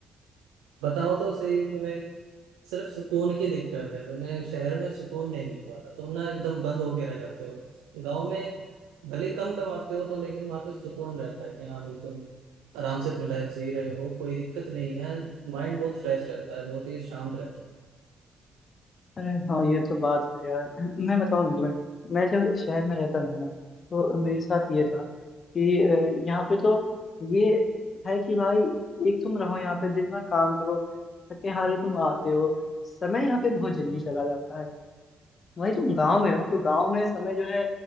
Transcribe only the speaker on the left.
अरे हाँ ये तो बात है यार मैं बताऊँ ना तुम्हें मैं जब शहर में रहता था ना तो मेरे साथ ये था कि अ, यहाँ पे तो ये है कि भाई एक तुम रहो यहाँ पे दिन भर काम करो थके हारे तुम आते हो समय यहाँ पे बहुत जल्दी चला जाता है वही तुम गांव में रहो तो गांव में समय जो है